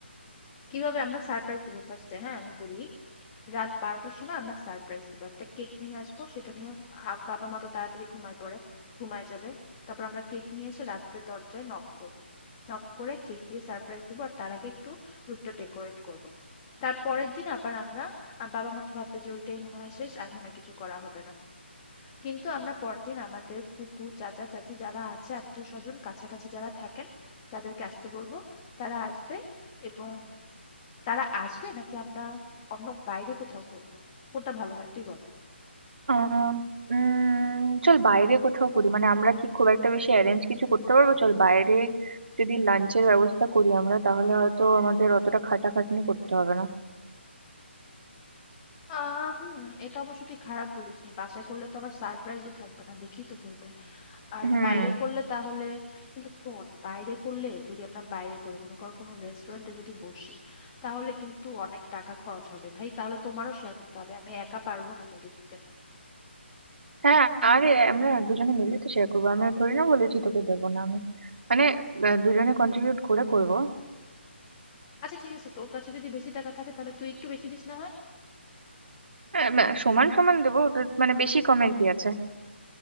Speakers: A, on the left; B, on the right.
A: কিভাবে আমরা সারপ্রাইজ দিব ফার্স্টে হ্যাঁ আমি বলি রাত বারোটার সময় আমরা সারপ্রাইজ দিব একটা কেক নিয়ে আসবো সেটা নিয়ে আ- বাবা মা তো তাড়াতাড়ি ঘুমায় পড়ে ঘুমায় যাবে তারপর আমরা কেক নিয়ে এসে রাতে দরজায় নক করব নক করে কেক দিয়ে সারপ্রাইজ দিব আর তার আগে একটু রুমটা ডেকোরেট করব তার পরের দিন আবার আমরা আ, বাবা মা তো ভাববে যে ওইটাই মনে হয় শেষ আর মনে হয় কিছু করা হবে না কিন্তু আমরা পরদিন আমাদের ফুপু চাচা চাচি যারা আছে আত্মীয় স্বজন কাছাকাছি যারা থাকেন তাদেরকে আসতে বলবো তারা আসবে এবং তারা আসবে নাকি আমরা অন্য বাইরে কোথাও করব কোনটা ভালো হয় তুই বল
B: আহ উম চল বাইরে কোথাও করি মানে আমরা কি খুব একটা বেশি অ্যারেঞ্জ কিছু করতে পারবো চল বাইরে যদি লাঞ্চের ব্যবস্থা করি আমরা তাহলে হয়তো আমাদের অতটা খাটাখাটনি করতে হবে না
A: আহ হুম এটা অবশ্য তুই খারাপ বলিসনি বাসায় করলে তো আবার সারপ্রাইজও থাকবে না দেখেই তো ফেলবে আর
B: হুম
A: বাইরে করলে তাহলে কিন্তু শোন বাইরে করলে যদি আমরা বাইরে করি মনে কর কোনো রেস্টুরেন্টে যদি বসি তাহলে কিন্তু অনেক টাকা খরচ হবে ভাই তাহলে তোমারও শেয়ার করতে হবে আমি একা পারবো না কিন্তু দিতে
B: হ্যাঁ আরে আমরা দুজনে মিলে তো শেয়ার করবো আমি থোড়ি না বলেছি তোকে দেবো না আমি মানে আহ, দুজনে কন্ট্রিবিউট করে করবো
A: আচ্ছা ঠিক আছে তোর কাছে যদি বেশি টাকা থাকে তাহলে তুই একটু বেশি দিস না হয়
B: আহ, না, সমান সমান দেবো তো মানে বেশি কমের কি আছে